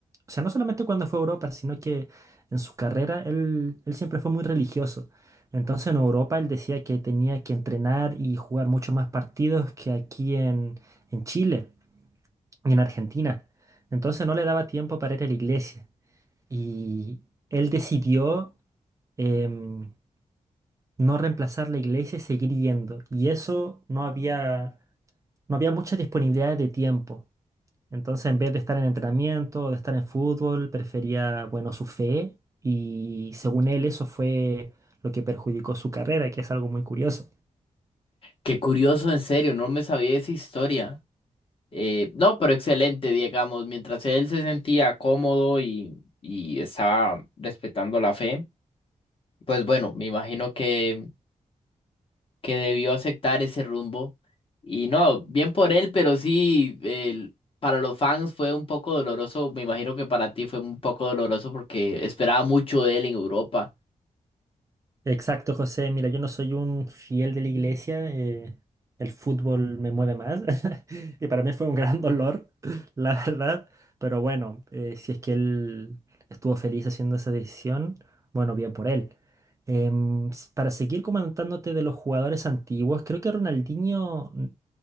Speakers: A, on the right; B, on the left.
A: o sea, no solamente cuando fue a Europa, sino que en su carrera él, él siempre fue muy religioso. Entonces en Europa él decía que tenía que entrenar y jugar mucho más partidos que aquí en, en Chile y en Argentina. Entonces no le daba tiempo para ir a la iglesia. Y él decidió... em, no reemplazar la iglesia y seguir yendo. Y eso no había no había mucha disponibilidad de tiempo. Entonces, en vez de estar en entrenamiento, o de estar en fútbol, prefería, bueno, su fe y según él eso fue lo que perjudicó su carrera, que es algo muy curioso.
B: Qué curioso, en serio, no me sabía esa historia. Eh, no, pero excelente, digamos, mientras él se sentía cómodo y, y estaba respetando la fe, pues bueno, me imagino que que debió aceptar ese rumbo. Y no, bien por él, pero sí, el- para los fans fue un poco doloroso. Me imagino que para ti fue un poco doloroso porque esperaba mucho de él en Europa.
A: Exacto, José. Mira, yo no soy un fiel de la iglesia. eh, el fútbol me mueve más. <laughs> Y para mí fue un gran dolor, <laughs> la verdad. Pero bueno, eh, si es que él estuvo feliz haciendo esa decisión, bueno, bien por él. Em, s- para seguir comentándote de los jugadores antiguos, creo que Ronaldinho. mm,